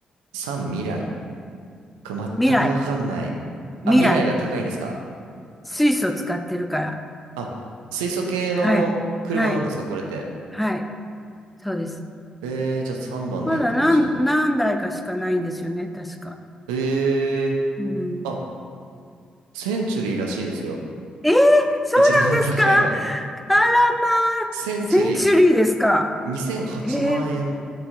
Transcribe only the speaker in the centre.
未来、未来。
水素使ってるから。
はい。はい。はい。そうです。
まだ何、何台かしかないんですよね、確か。
うん。
えー、そうなんですかあらまあ、
センチュリーですか
へえ、